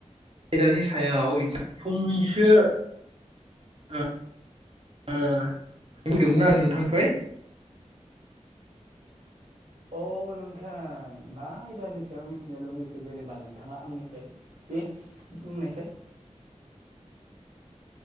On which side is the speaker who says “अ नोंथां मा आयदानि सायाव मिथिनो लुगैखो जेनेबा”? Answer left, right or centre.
Right